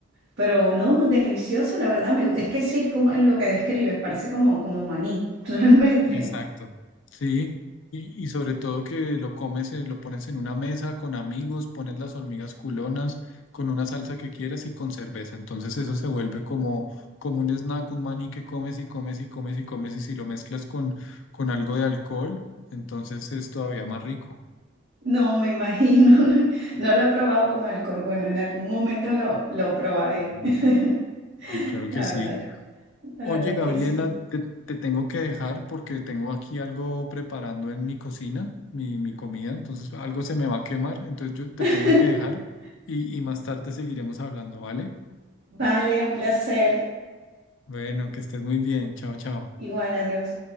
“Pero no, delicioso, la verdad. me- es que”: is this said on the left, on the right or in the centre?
Right